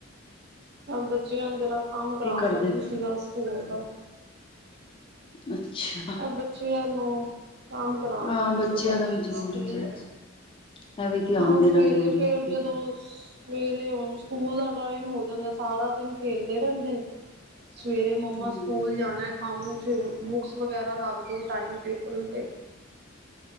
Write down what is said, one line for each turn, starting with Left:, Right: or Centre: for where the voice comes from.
Right: ਬੱਚਿਆਂ ਨੂੰ ਜਰਾ ਕੰਮ ਕਰਾਉਣ
Left: ਕੀ ਕਰਦੇ
Right: ਲੱਗੀ
Left: ਨੇ?
Right: ਸੀ ਬਸ ਸਕੂਲ ਦਾ
Left: ਅੱਛਾ,
Right: ਇਹ ਬੱਚਿਆਂ ਨੂੰ ਕੰਮ ਕਰਾਉਣ
Left: ਹਾਂ
Right: ਲੱਗੀ
Left: ਬੱਚਿਆਂ
Right: ਸੀਗਾ
Left: ਦਾ ਵੀ ਜ਼ਰੂਰੀ
Right: ਸਕੂਲ
Left: ਹੈ।
Right: ਦਾ
Left: ਇਹ ਵੀ ਧਿਆਨ
Right: ਆਹ
Left: ਦੇਣਾ
Right: ਸਵੇਰੇ
Left: ਜ਼ਰੂਰੀ
Right: ਫੇਰ
Left: ਹੈ, ਕੀ
Right: ਜਦੋਂ
Left: ਕਰਾਂ
Right: ਸਵੇਰੇ ਸਕੂਲ ਦਾ ਟਾਈਮ ਹੋ ਜਾਂਦਾ ਸਾਰਾ ਦਿਨ ਖੇਲਦੇ ਰਹਿੰਦੇ ਨੇ ਸਵੇਰੇ ਮੰਮਾ
Left: ਹਮ
Right: ਸਕੂਲ ਜਾਣਾ ਕੰਮ ਫ ਬੁੱਕਸ ਵਗੈਰਾ ਰੱਖ ਦਿਉ ਟਾਈਮ ਟੇਬਲ 'ਤੇ